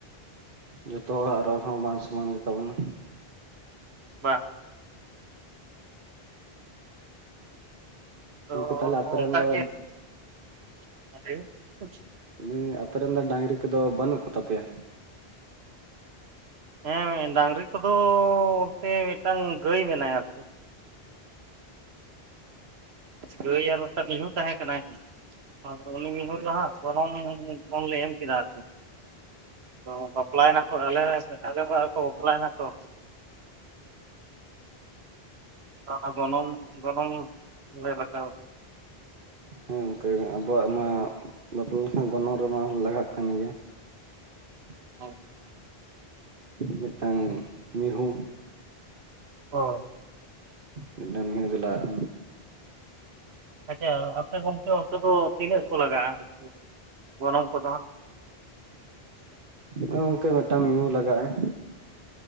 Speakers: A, on the right; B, on the right.
A: ᱡᱚᱛᱚ ᱦᱚᱲᱟᱜ ᱨᱚᱲ ᱦᱚᱸ ᱵᱟᱝ ᱥᱚᱢᱟᱱ ᱜᱮᱛᱟ ᱵᱚᱱᱟ
B: ᱵᱟ ᱟᱫᱚ
A: ᱜᱚᱢᱠᱮ ᱛᱟᱦᱚᱞᱮ ᱟᱯᱮᱨᱮᱱ ᱫᱚ
B: ᱚᱱᱠᱟᱜ ᱜᱮᱛᱚ
A: ᱩᱱᱤ ᱟᱯᱮ ᱨᱮᱱ ᱫᱚ ᱰᱟᱹᱟᱝᱨᱤ ᱠᱚ ᱫᱚ ᱵᱟᱹᱱᱩᱜ ᱠᱚᱛᱟ ᱯᱮᱭᱟ
B: ᱦᱮᱸ ᱰᱟᱝᱨᱤ ᱠᱚ ᱫᱚ ᱵᱚᱞᱛᱮ ᱢᱤᱫᱴᱟᱝ ᱜᱟᱹᱭ ᱢᱮᱱᱟᱭᱟ ᱟᱨᱠᱤ ᱟᱫᱚ ᱜᱟᱹᱭ ᱟᱨ ᱢᱤᱫᱴᱟᱝ ᱢᱤᱦᱩ ᱛᱟᱦᱮᱸ ᱠᱟᱱᱟᱭ ᱟᱫᱚ ᱩᱱᱤ ᱢᱤᱦᱩ ᱫᱚ ᱦᱟᱜ ᱜᱚᱱᱚᱝ ᱯᱚᱱ ᱞᱮ ᱮᱢ ᱠᱮᱫᱟ ᱟᱨᱠᱤ ᱫᱚ ᱵᱟᱯᱞᱟᱭᱮᱱᱟ ᱠᱚ ᱟᱞᱮ ᱟᱞᱮ ᱵᱳᱭᱦᱟ ᱠᱚ ᱵᱟᱯᱞᱟᱭᱮᱱᱟ ᱠᱚ ᱟ ᱜᱚᱱᱚᱝ ᱜᱚᱱᱚᱝ ᱞᱮ ᱨᱟᱠᱟᱵ ᱟᱠᱟᱵ
A: ᱦᱮᱸ ᱜᱚᱱᱠᱮ ᱟᱵᱚᱣᱟᱜ ᱢᱟ ᱵᱟᱯᱞᱟ ᱜᱚᱱᱚᱝ ᱨᱮᱢᱟ ᱞᱟᱜᱟᱜ ᱠᱟᱱ ᱜᱮᱭᱟ <unintelligible>
B: ᱦᱚ <inaudible>
A: ᱢᱤᱫᱴᱟᱝ ᱢᱤᱸᱦᱩ
B: ᱦᱳ
A: ᱢᱤᱫ ᱴᱟᱝ ᱢᱤᱦᱩ ᱫᱚ ᱞᱟᱜᱟ
B: ᱟᱪᱪᱷᱟ ᱟᱯᱮ ᱜᱚᱝᱠᱮ ᱚᱱᱛᱮ ᱫᱚ ᱛᱤᱱᱟᱹᱜ ᱠᱚ ᱞᱟᱜᱟᱜᱼᱟ ᱜᱚᱱᱚᱝ ᱠᱚᱫᱚ ᱦᱟᱸᱜ
A: ᱟᱸ ᱜᱚᱝᱠᱮ ᱢᱤᱫ ᱴᱟᱝ ᱢᱤᱦᱩ ᱞᱟᱜᱟᱜ ᱟᱭ